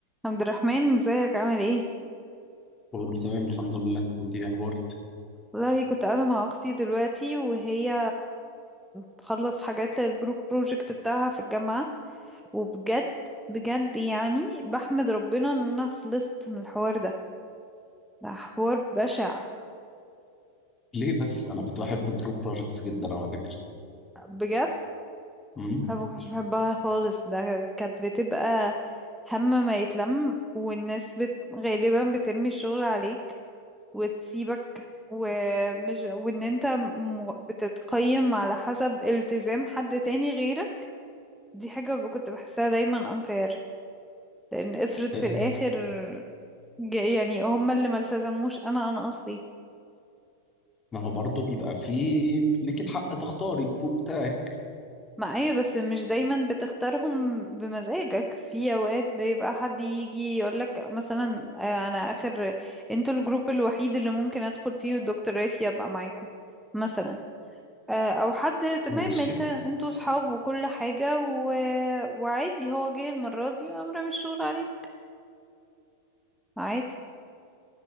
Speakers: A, in the centre; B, on the left.
A: عبد الرحمن ازيك عامل ايه
B: بقول له تمام الحمد لله انت ايه اخبارك
A: والله كنت قاعدة مع اختي دلوقتي وهي بتخلص حاجات للجروب بروجكت بتاعها في الجامعة وبجد بجد يعني بحمد ربنا ان انا خلصت من الحوار ده ده حوار بشع
B: ليه بس انا كنت بحب الجروب بروجكتس جدا على فكره
A: بجد
B: امم
A: انا ما كنتش بحبها خالص ده كانت بتبقى هم ما يتلم والناس بت... غالبا بترمي الشغل عليك وتسيبك ومش وان انت م- بتتقيم على حسب التزام حد تاني غيرك دي حاجة ب- كنت بحسها دايما unfair لان افرض
B: آه،
A: في الاخر ج- يعني هما اللي ما التزموش انا انا اصلي
B: ما هو برضه بيبقى فيه ليك الحق تختاري الجروب بتاعك
A: معايا بس مش دايما بتختارهم بمزاجك في اوقات بيبقى حد يجي يقولك مثلا آه، انا اخر انتوا الجروب الوحيد اللي ممكن ادخل فيه والدكتور قالت لي ابقى معاكم مثلا آه، او حد تمام
B: ماشي
A: انت انتوا صحاب وكل حاجة و... وعادي هو جه المرة دي وقام رامي الشغل عليك عادي